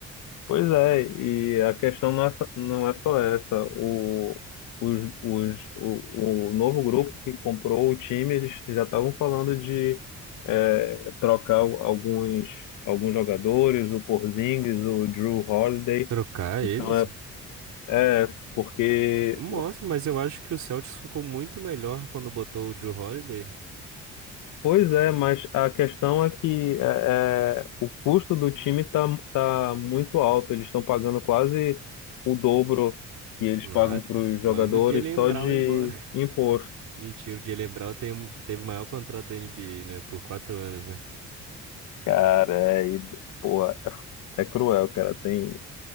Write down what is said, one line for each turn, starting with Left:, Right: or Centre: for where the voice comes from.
Left: Pois é, e a questão não é, só- não é só essa. O, os, os, o, o novo grupo que comprou o time, eles já estavam falando de eh, trocar al- alguns, alguns jogadores, o Porzingis, o Drew Holiday.
Right: Trocar
Left: Então
Right: eles?
Left: é, é porque
Right: Nossa, mas eu acho que o Celtics ficou muito melhor quando botou o Jrue Holiday.
Left: Pois é, mas a questão é que é, é, o custo do time está tá muito alto. Eles estão pagando quase o dobro que eles
Right: Ah,
Left: pagam para os
Right: manda
Left: jogadores
Right: o Jaylen
Left: só
Right: Brown
Left: de
Right: embora. <laughs>
Left: imposto.
Right: Mentira, o Jaylen Brown tem, um- teve o maior contrato da NBA, né? Por quatro anos, né?
Left: Cara, é, e, porra, é é cruel, cara. Tem,